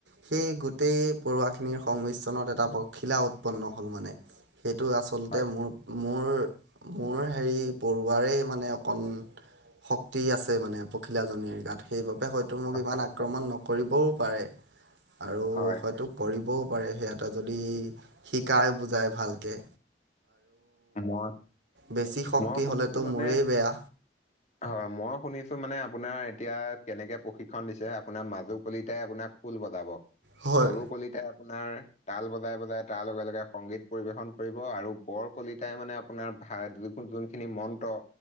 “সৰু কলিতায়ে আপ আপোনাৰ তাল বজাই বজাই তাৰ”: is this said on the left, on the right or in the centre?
Left